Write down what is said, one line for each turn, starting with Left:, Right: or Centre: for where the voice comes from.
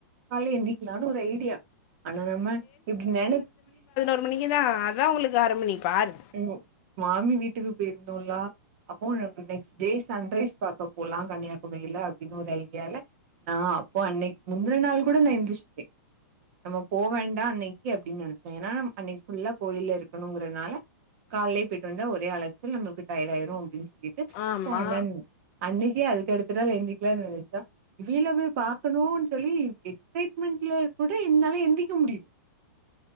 Right: காலைல எந்திரிக்கலானு ஒரு ஐடியா ஆனா நம்ம இப்டி நென
Left: த்து மணிக்குதா அதா உங்ளுக்கு ஆறு மணி பாரு
Right: ம் மாமி வீட்டுக்கு போயிந்தோல்லா அப்போ நெக்ஸ்ட் டே சன்ரைஸ் பாக்க போலா கன்னியாகுமரியில அப்டின்னு ஒரு ஐடியால நா அப்போ அன்னைக்கு முந்தின நாள் கூட நா எந்திஸ்ட்டே நம்ம போ வேண்டா அன்னைக்கு அப்டின்னு நெனச்சே ஏன்னா அன்னைக்கு ஃபுல்லா கோயில்ல இருக்கணுங்குறனால காலையிலே போயிட்டு வந்தா ஒரே அழச்சல் நம்மளுக்கு டயர்ட் ஆயிரு அப்டின்னு சொல்லிட்டு
Left: ஆமா
Right: போ வேண்டான்னு அன்னைக்கே அதுக்கடுத்த நாள் எந்திக்கலானு நெனச்சா வெயில வந்து பாக்கணுன்னு சொல்லி எக்ஸைட்மெண்ட்ல கூட என்னால எந்திரிக்க முடியி